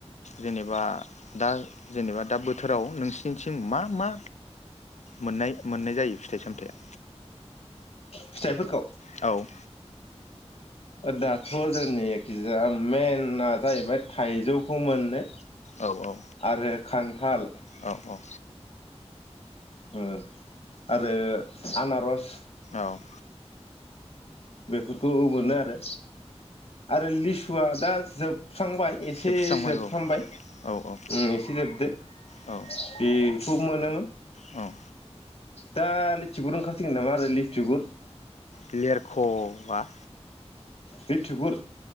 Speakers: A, on the left; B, on the left.
A: जेनेबा दा जेनेबा दा बोथोराव नोंसिनिथिम मा मा मोननाय मोननाय जायो फिथाइ सामथाइया?
B: फिथाइफोरखौ
A: औ।
B: दाथ' जोंनि एखिजाया मेना जाहैबाय थाइजौखौ मोनो।
A: औ औ
B: आरो खान थाल
A: औ औ।
B: ओ आरो आनारस।
A: औ।
B: बेफोरखौ मोनो आरो। आरो लिस सुवादा जोब सुस्रांबाय एसे
A: जोबस्रांबाय
B: जोबफ्रामबाय
A: औ औ औ
B: ओम एसे जोबदो
A: औ
B: बेखौ मोनोमोन।
A: औ
B: दा लिथिगुर ओंखारसिगोन नामा आरो लिथिगुर।
A: लेरखआ
B: बे थुबुर